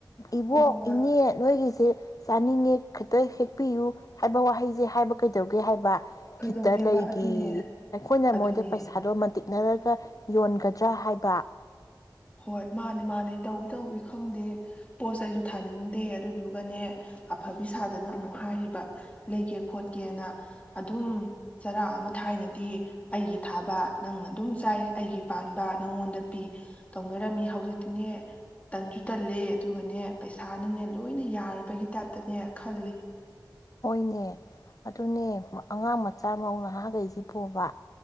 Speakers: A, on the left; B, on the left.
A: ꯏꯕꯣꯛ
B: ꯍꯣꯏ ꯍꯣꯏ
A: ꯏꯅꯦ ꯑꯩꯈꯣꯏꯒꯤꯁꯦ ꯆꯥꯅꯤꯡꯉꯦ ꯈꯤꯇ ꯍꯦꯛꯄꯤꯌꯨ ꯍꯥꯏꯕ ꯋꯥꯍꯩꯁꯦ ꯍꯥꯏꯕ ꯀꯩꯗꯧꯒꯦ ꯍꯥꯏꯕ
B: ꯀꯩꯗꯧꯒꯦꯕ
A: ꯈꯤꯇ ꯂꯩꯒꯦꯌꯦ
B: ꯑꯗꯨꯅꯦ
A: ꯑꯩꯈꯣꯏꯅ
B: ꯑꯗꯨꯅꯦ
A: ꯃꯣꯏꯗ ꯄꯩꯁꯥꯗꯣ ꯃꯟꯇꯤꯛ ꯅꯔꯒ ꯌꯣꯟꯒꯗ꯭ꯔꯥ ꯍꯥꯏꯕ
B: ꯍꯣꯏ ꯃꯥꯅꯦ ꯃꯥꯅꯦ ꯇꯧ <unintelligible> ꯈꯪꯗꯦ ꯄꯣꯠ ꯆꯩ ꯑꯩꯁꯨ ꯊꯥꯅꯤꯡꯗꯦ ꯑꯗꯨꯗꯨꯒꯅꯦ ꯑꯐꯕꯤ ꯁꯥꯗꯅ ꯑꯃꯨꯛ ꯍꯥꯏꯔꯤꯕ ꯂꯩꯒꯦ ꯈꯣꯠꯀꯦꯅ ꯑꯗꯨꯝ ꯆꯔꯥ ꯑꯃ ꯊꯥꯏꯅꯗꯤ ꯑꯩꯒꯤ ꯊꯥꯕ ꯅꯪ ꯑꯗꯨꯝ ꯆꯥꯏ ꯑꯩꯒꯤ ꯄꯥꯟꯕ ꯅꯪꯉꯣꯟꯗ ꯄꯤ ꯇꯧꯅꯔꯝꯃꯤ ꯍꯧꯖꯤꯛꯇꯤꯅꯦ ꯇꯟꯁꯨ ꯇꯜꯂꯦ ꯑꯗꯨꯒꯅꯦ ꯄꯩꯁꯥꯅꯅꯦ ꯂꯣꯏꯅ ꯌꯥꯔꯕꯒꯤ ꯇꯥꯏꯞꯇꯅꯦ ꯈꯜꯂꯤ
A: ꯍꯣꯏꯅꯦ ꯑꯗꯨꯅꯦ ꯑꯉꯥꯡ ꯃꯆꯥ ꯃꯧ ꯅꯍꯥꯈꯩꯁꯤ ꯄꯨꯕ